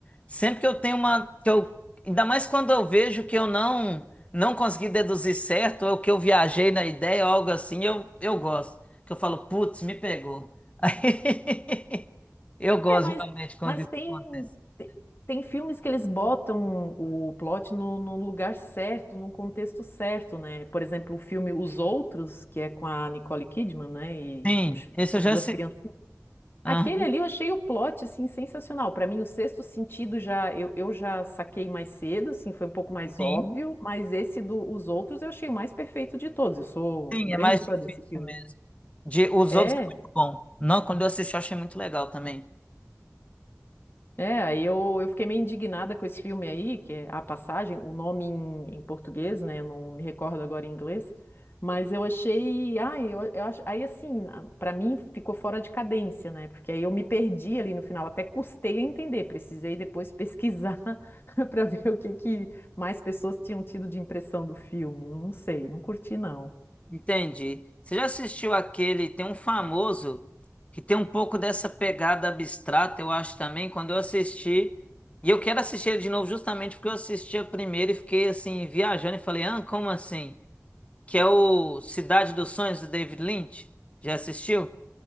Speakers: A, on the left; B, on the left.
A: Sempre que eu tenho uma. Que eu, ainda mais quando eu vejo que eu não não consegui deduzir certo, ou que eu viajei na ideia, ou algo assim, eu, eu gosto. Que eu falo, putz, me pegou. <laughs> Aí, eu gosto
B: É, mas,
A: geralmente quando
B: mas
A: isso
B: tem,
A: acontece.
B: te- tem filmes que eles botam o plot no, no lugar certo, num contexto certo, né? Por exemplo, o filme Os Outros, que é com a Nicole Kidman, né? E
A: Sim,
B: com, os-
A: esse eu
B: com
A: já
B: duas
A: assisti.
B: crianças.
A: Ah,
B: Aquele ali eu achei o plot, assim, sensacional. Para mim, o sexto sentido já eu, eu já saquei mais cedo, assim, foi um pouco mais
A: sim,
B: óbvio, mas esse dos Os Outros eu achei o mais perfeito de todos. Eu sou
A: sim,
B: grande
A: é mais
B: fã
A: difícil
B: desse filme.
A: mesmo. De, os
B: É?
A: outros é muito bom. Não, quando eu assisti, eu achei muito legal também.
B: É, aí eu, eu fiquei meio indignada com esse filme aí, que é A Passagem, o nome em, em português, né? Eu não me recordo agora em inglês, mas eu achei. Ai, eu, eu acho, aí assim, a- pra mim ficou fora de cadência, né? Porque aí eu me perdi ali no final, até custei a entender, precisei depois pesquisar <laughs> pra ver o que que mais pessoas tinham tido de impressão do filme. Não sei, não curti não.
A: Entendi. Você já assistiu aquele? Tem um famoso que tem um pouco dessa pegada abstrata, eu acho também. Quando eu assisti, e eu quero assistir ele de novo, justamente porque eu assisti a primeira e fiquei assim, viajando e falei, ah, como assim? Que é o Cidade dos Sonhos do David Lynch. Já assistiu?